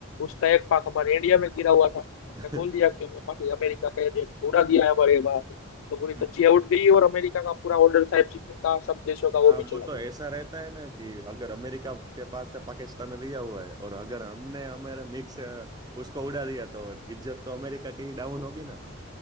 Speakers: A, on the left; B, on the right.
A: उसका एक पाक हमारे इंडिया में गिरा हुआ था हमने
B: <laughs>
A: बोल दिया कि हमने पाकि अमेरिका का एजेंट उड़ा दिया है हमारे यहाँ तो पूरी
B: हम्म।
A: तजिया उठ गई और अमेरिका का पूरा ऑर्डर था एफ सिक्सटीन का सब देशों का
B: हाँ
A: वो भी चला
B: वो तो
A: गया
B: ऐसा रहता है ना कि अगर अमेरिका के पास से पाकिस्तान लिया हुआ है और अगर हमने हमारे मिक्स उसको उड़ा दिया तो इज्जत तो अमेरिका की ही डाउन होगी ना